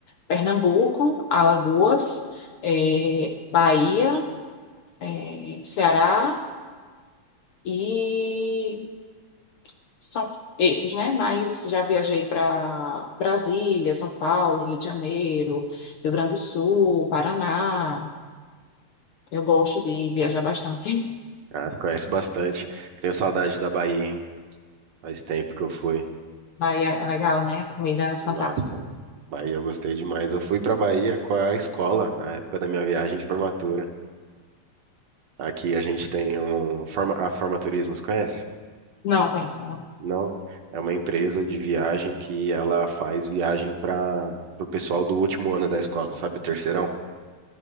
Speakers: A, on the left; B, on the right.
A: Pernambuco, Alagoas, é, Bahia, é, Ceará. E São esses, né? Mas já viajei para Brasília, São Paulo, Rio de Janeiro, Rio Grande do Sul, Paraná. Eu gosto de viajar bastante.
B: Ah, conhece bastante. Tenho saudade da Bahia, hein? Faz tempo que eu fui.
A: <laughs> Bahia é legal, né? Comida é fantástica.
B: Nossa, Bahia eu gostei demais. Eu fui pra Bahia com a escola, na época da minha viagem de formatura. Aqui a gente tem um forma, a Formaturismo, você conhece?
A: Não, conheço. não.
B: Não, é uma empresa de viagem que ela faz viagem para o pessoal do último ano da escola, sabe? O terceirão.